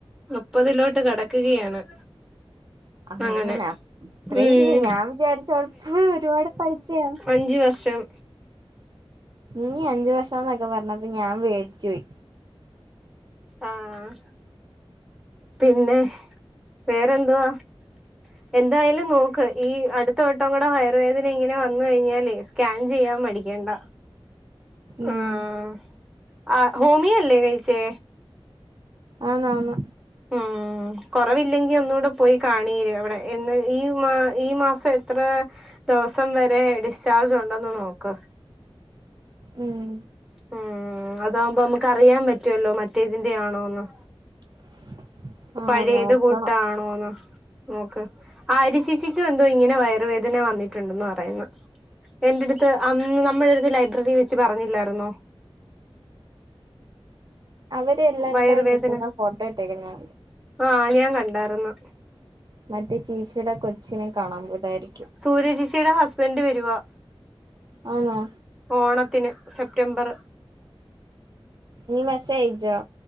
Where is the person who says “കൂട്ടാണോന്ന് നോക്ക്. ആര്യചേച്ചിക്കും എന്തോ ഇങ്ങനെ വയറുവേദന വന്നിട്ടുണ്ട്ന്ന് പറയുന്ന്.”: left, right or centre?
Centre